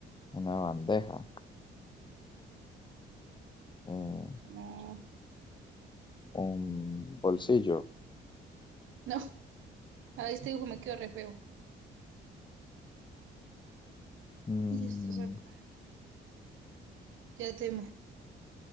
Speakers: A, on the left; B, on the right.
A: una bandeja, eh,
B: No.
A: un bolsillo,
B: No. <laughs> A este dibujo me quedó re feo.
A: mm,
B: Y esto es acá. Ya te